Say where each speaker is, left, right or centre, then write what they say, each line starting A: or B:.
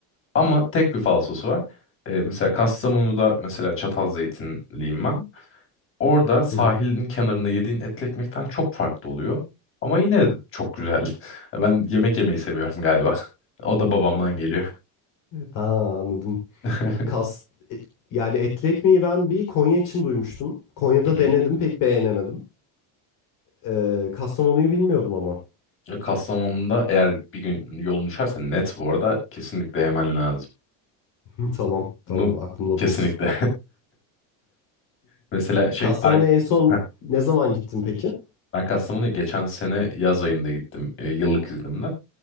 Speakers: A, on the left (about 30°); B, on the left (about 55°).
A: Ama tek bir falsosu var. Ee, mesela Kastamonu'da mesela çatal zeytinliyim ben. Orada sahilin
B: hı hı.
A: kenarında yediğin etli ekmekten çok farklı oluyor. Ama yine çok güzel. <laughs> Ben yemek yemeyi seviyorum galiba. <laughs> O da babamdan geliyor.
B: Ha anladım.
A: <laughs>
B: Kas e, yani etli ekmeği ben bir Konya için duymuştum. Konya'da
A: Hı hı.
B: denedim pek beğenemedim. Ee, Kastamonu'yu bilmiyordum ama.
A: E, Kastamonu'da eğer bir gün yolun düşerse net bu arada kesinlikle yemen lazım.
B: <laughs> Tamam tamam
A: Bunu
B: aklımda
A: kesinlikle.
B: bulunsun.
A: <laughs> Mesela şey
B: Kastamonu'ya
A: ar-
B: en son
A: Heh,
B: ne zaman gittin peki?
A: ben Kastamonu'ya geçen sene yaz ayında gittim e, yıllık iznimle.